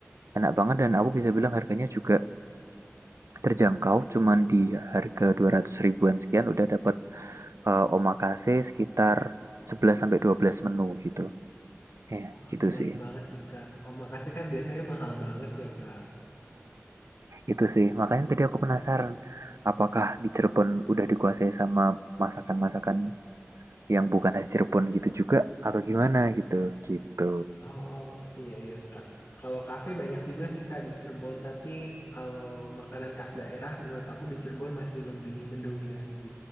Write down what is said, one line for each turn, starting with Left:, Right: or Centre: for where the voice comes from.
Right: Enak banget dan aku bisa bilang harganya juga terjangkau, cuman di harga 200 ribuan sekian udah dapat eh, omakase sekitar 11 sampai 12 menu gitu. Ya, eh,
Left: Wah,
Right: gitu
Left: menarik
Right: sih.
Left: banget sih, Kak. Oh, makasih kan biasanya mahal banget ya, Kak.
Right: Itu sih, makanya tadi aku penasaran, apakah di Cirebon udah dikuasai sama masakan-masakan yang bukan khas Cirebon gitu juga atau gimana gitu. Gitu.
Left: Oh, iya ya, Kak. Kalau kafe banyak juga sih, Kak, di Cirebon. Tapi kalau makanan khas daerah, menurut aku di Cirebon masih lebih mendominasi.